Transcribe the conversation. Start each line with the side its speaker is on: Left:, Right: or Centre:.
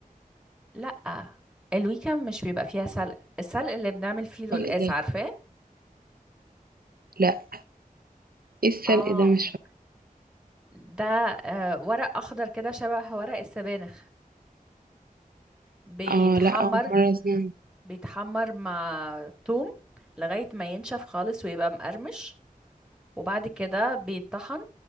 Centre: لا الويكند مش بيبقى فيها سلق السلق اللي بنعمل فيه القلقاس
Right: سلق ده
Centre: عارفاه
Right: لا ايه السلق
Centre: اه
Right: ده مش
Centre: ده آه، ورق اخضر كده شبه ورق السبانخ بيتحمر
Right: فاهمة اه لا اول مرة اسمع عنه.
Centre: بيتحمر مع توم لغاية ما ينشف خالص ويبقى مقرمش وبعد كده بيتطحن